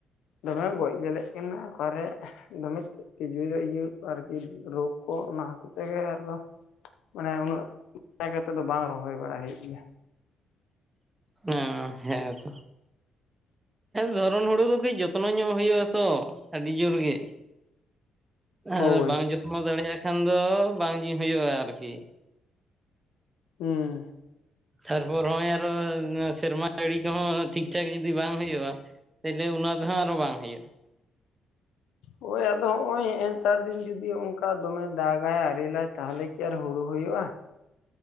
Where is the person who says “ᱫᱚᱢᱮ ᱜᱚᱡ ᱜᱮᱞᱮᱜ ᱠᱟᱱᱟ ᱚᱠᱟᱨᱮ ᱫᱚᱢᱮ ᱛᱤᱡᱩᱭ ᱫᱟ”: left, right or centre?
Left